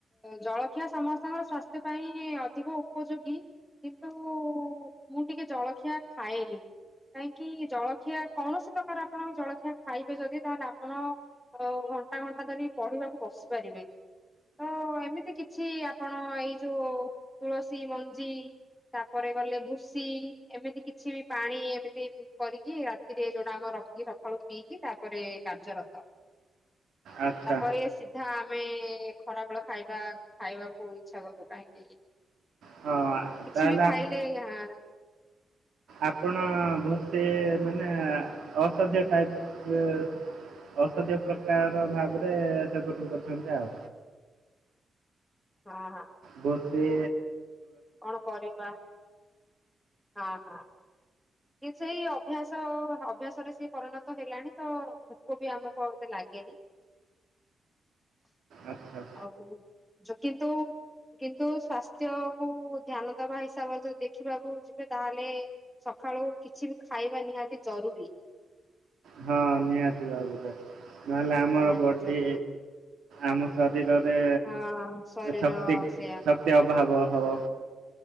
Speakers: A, in the centre; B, on the right (about 75°).
A: ଜଳଖିଆ ସମସ୍ତଙ୍କ ସ୍ୱାସ୍ଥ୍ୟ ପାଇଁ ଅଧିକ ଉପଯୋଗୀ କିନ୍ତୁ ମୁଁ ଟିକେ ଜଳଖିଆ ଖାଏନି କାହିଁକି ଜଳଖିଆ କୌଣସି ପ୍ରକାର ଆପଣ ବି ଜଳଖିଆ ଖାଇବେ ଯଦି ତାହେଲେ ଆପଣ ଘଣ୍ଟା ଘଣ୍ଟା ଧରି ପଢିବାକୁ ବସି ପାରିବେନି ତ ଏମିତି କିଛି ଆପଣ ଏଇ ଯୋଉ ତୁଳସୀ ମଞ୍ଜି ତାପରେ ଗଲେ ଭୁସି ଏମିତି କିଛି ବି ପାଣି ଏମିତି କରିକି ରାତିରେ ଯୋଉଟା ଆମ ରଖିକି ସଖାଳୁ ପିଇକି ତାପରେ କାର୍ଯ୍ୟରତ
B: ଆଚ୍ଛା
A: ତାପରେ ସିଧା ଆମେ ଖରାବେଳ ଖାଇବା ଖାଇବାକୁ ଇଛା କରୁ କାହିଁକି କିଛି
B: ହଁ ତାହେଲେ
A: ବି ଖାଇଲେ
B: ଆପ-
A: ହାଁ
B: ଆପଣ ବୋଧେ ମାନେ ଅସାଧ୍ୟ ଟାଇପ ଔଷଧିଅ ପ୍ରକାର ଭାବରେ ସେବନ କରିଛନ୍ତି ଆଉ
A: ହଁ ହଁ
B: ବୋଧେ
A: କଣ କରିବା ହଁ ହଁ କି ସେଇ ଅଭ୍ୟାସ ଅଭ୍ୟାସ ରେ ସେ ପରିଣତ ହେଲାଣି ତ ଭୋକ ବି ଆମକୁ ଏତେ ଲାଗେନି <inaudible>
B: ଆଚ୍ଛା
A: ଆଉ ଯ କିନ୍ତୁ କିନ୍ତୁ ସ୍ବାସ୍ଥ୍ୟକୁୁ ଧ୍ୟାନ ଦବା ହିସାବରେ ଯଦି ଦେଖିବାକୁ ଯିବେ ତାହେଲେ ସଖାଳୁ କିଛି ବି ଖାଇବା ନିହାତି ଜରୁରୀ
B: ହଁ ନିହାତି ଭାବରେ ନହେଲେ ଆମର
A: ନିହାତି
B: ବଡି
A: ଜରୁରୀ
B: ଆମ ଶରୀରରେ
A: ହଁ ଶରୀର
B: ଶକ୍ତି
A: ସେୟା
B: ଶକ୍ତି ଅଭାବ ହବ